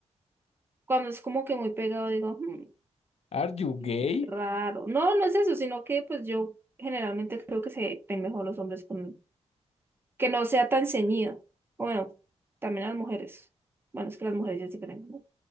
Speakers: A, on the right (about 20°); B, on the left (about 60°).
A: Cuando es como que muy pegado, digo, "Hmm,
B: ¿Are you
A: sí,
B: gay?
A: raro. No, no es eso, sino que pues yo generalmente creo que se ven mejor los hombres con, que no sea tan ceñido. Bueno, también las mujeres. Bueno, es que las mujeres ya es diferente, ¿no?